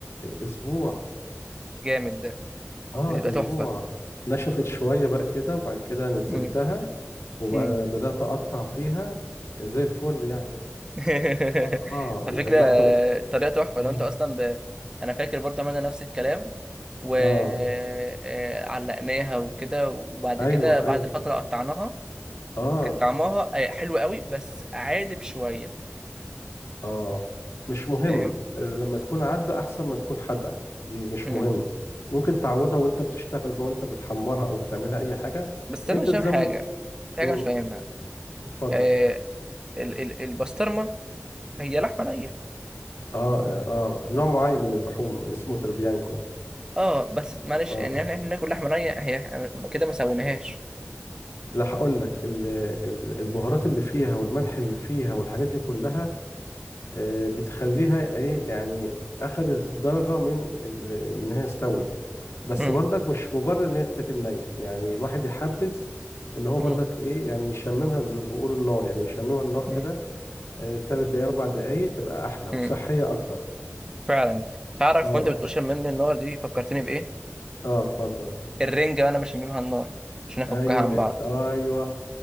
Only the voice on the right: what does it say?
جامد ده
بتبقى
تحفه
مم.
مم.
<laughs>
على فكره
آه، الطريقه تحفه
لو انت اصلا ب... انا فاكر برضه عملنا نفس الكلام وعلقناها
وكده وبعد
كده بعد
فتره قطعناها
كان طعمها آه، حلو قوي بس عادب شويه
فاهم
مم.
بس انا
مش
فاهم حاجه في حاجه
مش فاهمها
آه ال ال البسطرمه هي لحمه نيه
اه بس معلش
يعني احنا إحنا بناكل لحمه نيه هي كده ما سويناهاش
مم.
مم.
مم.
مم.
فعلا تعرف
وانت بتقول شممني النار دي فكرتني بايه
الرنجه انا بشممها النار عشان افكها
عن
بعض